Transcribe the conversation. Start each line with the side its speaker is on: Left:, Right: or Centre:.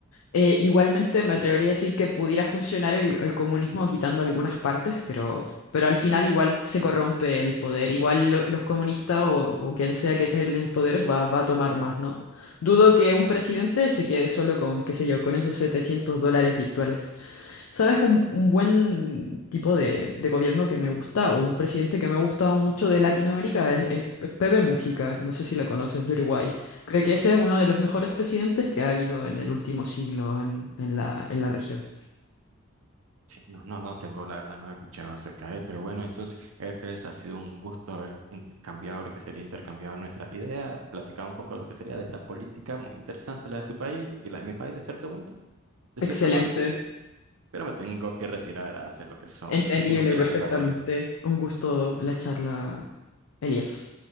Left: Eh, igualmente me atrevería a decir que pudiera funcionar el, el comunismo quitando algunas partes, pero, pero al final igual se corrompe el poder. Igual lo- los comunistas o, o quien sea que esté en el poder va, va a tomar más, ¿no? Dudo que un presidente se quede solo con, qué sé yo, con esos 700 dólares virtuales. ¿Sabes? Un, un buen tipo de, de gobierno que me gusta, o un presidente que me ha gustado mucho de Latinoamérica, es, es Pepe Mujica, no sé si lo conoces, de Uruguay. Creo que ese es uno de los mejores presidentes que ha habido en el último siglo en, en la, en la región.
Right: Sí, no, no, no tengo, la verdad, no he escuchado acerca de él, pero bueno, entonces, Hércules, ha sido un gusto haber int- cambiado lo que sería intercambiado nuestra idea, platicado un poco de lo que sería de esta política muy interesante, la de tu país y la de mi país, de cierto punto, de
Left: Excelente,
Right: cierta parte, pero me tengo que retirar a hacer lo que son
Left: entendible
Right: unos viajes
Left: perfectamente.
Right: familiares.
Left: Un gusto la charla, Elías.